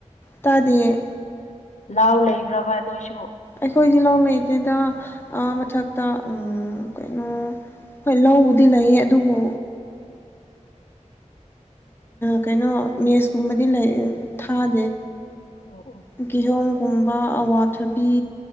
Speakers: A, on the left (about 15°); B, on the left (about 70°).
A: ꯇꯗꯌꯦ
B: ꯂꯅꯥꯍꯎ ꯂꯩꯕ꯭ꯔꯕ ꯑꯗꯨ ꯑꯣꯏꯁꯨ
A: ꯑꯩꯈꯣꯏ ꯏ ꯂꯧ ꯂꯩꯗꯩꯗ ꯃꯊꯛꯇ ꯀꯩꯅꯣ ꯍꯣꯏ ꯂꯧꯕꯗꯤ ꯂꯩꯌꯦ ꯑꯗꯨꯕꯨ ꯀꯩꯅꯣ ꯃꯦꯁꯀꯨꯝꯕꯗꯤ ꯂꯩ ꯊꯥꯗꯦ
B: ꯑꯣ ꯑꯣ
A: ꯀꯤꯖꯣꯝꯒꯨꯝꯕ ꯑꯋꯥꯊꯕꯤ